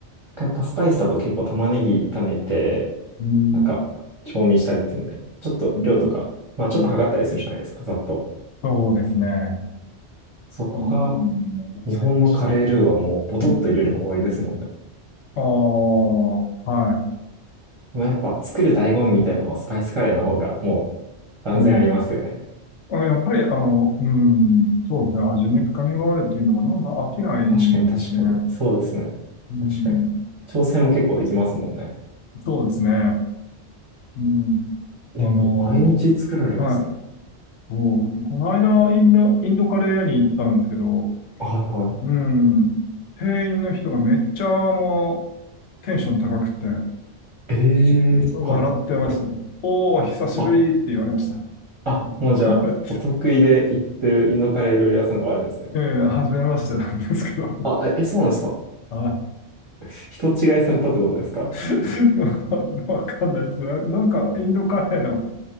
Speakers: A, on the right; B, on the left.
A: やっぱスパイスだと結構玉ねぎ炒めて、
B: うん、
A: なんか、調味したりっていうので、ちょっと量とか、
B: うん、
A: まあちょっと測ったりするじゃないですか、
B: うん。
A: ざっと。
B: そうですね。
A: そこが、
B: うん、うん最近
A: 日本のカレールーはもう、ボトッと入れれば終わりですもんね。
B: うん。ああ、は
A: もうやっぱ、作る醍醐味みたいなのは、スパイスカレーの方が、もう、断然ありますよね。
B: い。うん。あ、やっぱり、あの、うん、そうですね。味に深みがあるっていうのが、なんか飽きないですね。
A: 確かに確かに。そうですね。
B: うん、
A: 確かに。調整も結構できますもんね。
B: そうですね。うん。
A: でも、
B: あの、
A: 毎日作られるんですね。
B: はい。そう、この間、インド、インドカレー屋に行ったんですけど、
A: はいはい。
B: うん。店員の人がめっちゃ、あの、テンション高くて、
A: ええはいはいはい。
B: 笑ってました。おお、久しぶりって言われました。
A: あ、あ、もうじゃあ、
B: <laughs>
A: お得意で行ってるインドカレー料理屋さんがあるんですね。
B: ええ、初めましてなんですけど。
A: あ、え、えそうなんですか。
B: はい。
A: <laughs> 人違いされたってことですか
B: <laughs> わかんないですね。なんか、インドカフェの